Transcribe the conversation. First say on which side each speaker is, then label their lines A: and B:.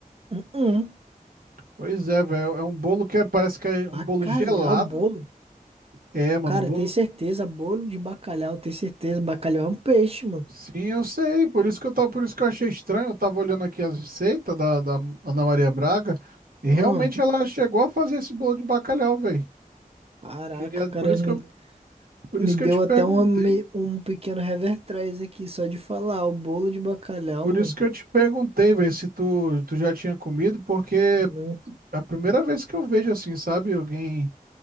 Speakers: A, on the right; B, on the right.
A: Hum,
B: Pois é, velho. É um bolo que é- parece que é um
A: Bacalhau,
B: bolo gelado.
A: bolo.
B: É, mano,
A: Cara,
B: bolo.
A: tem certeza. Bolo de bacalhau, tem certeza. Bacalhau é um peixe, mano.
B: Sim, eu sei, por isso que eu tava, por isso que eu achei estranho, eu tava olhando aqui as receitas da, da Ana Maria Braga e
A: Hum,
B: realmente ela chegou a fazer esse bolo de bacalhau, velho.
A: Caraca,
B: Queria,
A: cara,
B: por isso
A: me,
B: que eu, por
A: me
B: isso que
A: deu
B: eu te perguntei,
A: até um, me- um pequeno revertrés aqui, só de falar. O bolo de bacalhau,
B: por
A: mano.
B: isso que eu te perguntei, velho, se tu, tu já tinha comido, porque é
A: Nunca.
B: a primeira vez que eu vejo assim, sabe, alguém